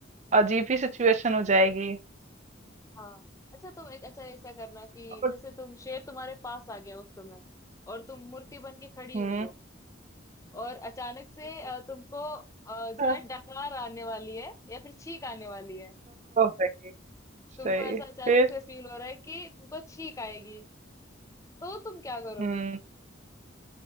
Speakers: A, on the right (about 35°); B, on the left (about 15°).
A: अजीब ही सिचुएशन हो जाएगी
B: हाँ अच्छा तुम एक अच्छा ऐसा करना कि
A: और
B: जैसे तुम शेर तुम्हारे पास आ गया उस समय और तुम मूर्ति बन के खड़ी
A: हम्म
B: हुई हो और अचानक से अ, तुमको अ, जो
A: ओह!
B: है डकार आने वाली है या फिर छींक आने वाली है
A: सही,
B: तुमको
A: सही।
B: ऐसा अचानक
A: फिर?
B: से फील हो रहा है कि तुमको छींक आएगी तो तुम क्या करोगी
A: हुँ,